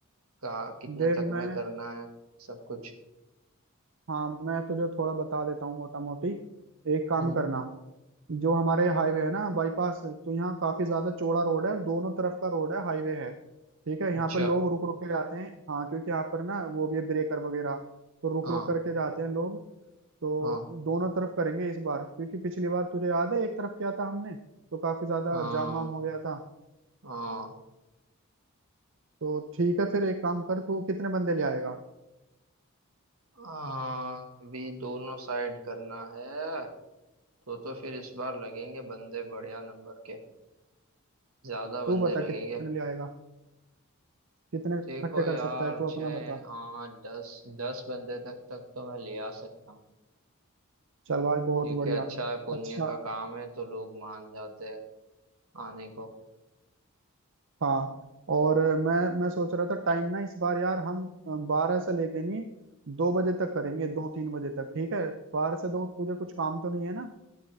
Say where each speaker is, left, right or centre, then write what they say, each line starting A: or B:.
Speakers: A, on the right (about 80°); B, on the right (about 60°).
A: का कितने
B: देख
A: तक
B: मैं
A: में करना है सब कुछ
B: हाँ मैं तुझे थोड़ा बता देता हूँ मोटा मोटी एक काम
A: हम्म
B: करना जो हमारे हाईवे है ना बाईपास तो यहाँ काफी ज्यादा चौड़ा रोड है और दोनों तरफ का रोड है हाईवे है ठीक है यहाँ
A: अच्छा
B: पर लोग रुक रुक के जाते हैं हाँ क्योंकि यहाँ पर ना वो भी है ब्रेकर वगैरह तो रुक
A: हाँ
B: रुक करके जाते हैं लोग तो
A: हाँ
B: दोनों तरफ करेंगे इस बार क्योंकि पिछली बार तुझे याद है एक तरफ किया था हमने तो काफी ज्यादा
A: हाँ
B: जाम वाम हो गया था
A: हाँ
B: तो ठीक है फिर एक काम कर तू कितने बंदे ले आएगा
A: हाँ, अभी दोनों साइड करना है तो तो फिर इस बार लगेंगे बंदे बढ़िया नंबर के ज्यादा बंदे
B: तू बता
A: लगेंगे
B: कितने ले आएगा कितने इकट्ठे
A: देखो यार
B: कर सकता है तू
A: छः
B: अपना बता
A: आठ दस दस बंदे तक तक तो मैं ले आ सकता हूँ
B: चल भाई बहुत
A: ठीक
B: बढ़िया
A: है अच्छा है पुण्य
B: अच्छा
A: का काम है तो लोग मान जाते हैं आने को
B: हाँ और मैं मैं सोच रहा था टाइम ना इस बार यार हम बारह से लेके नहीं दो बजे तक करेंगे दो तीन बजे तक ठीक है बारह से दो तुझे कुछ काम तो नहीं है ना